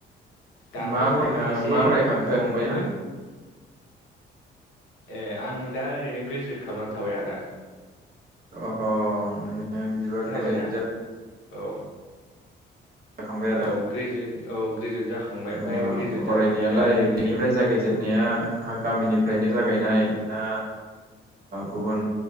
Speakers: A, on the left; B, on the right.
A: दाथ'
B: मा फरायखा
A: एसे
B: मा फरायखांखो फंबाया?
A: मै ए आं दा ओरैनो ग्रेजुवेट खालामनानै थाबाय आदा।
B: अ-अ। <unintelligible> बिदिबा
A: खोनाबायना
B: ग्रेजुयट जा
A: औ।
B: दखांबाय आरो
A: औ ग्रेजुवेट औ ग्रेजुवेट जाखांबाय ओमफ्राय
B: ओ
A: ग्रेजुवेट
B: फरायनायालाय
A: जाखांनानै दा ओरैनो
B: बेनिफ्राय जागायजेननाया हागामिनि फ्रायनो जागायनाय ना गुबुन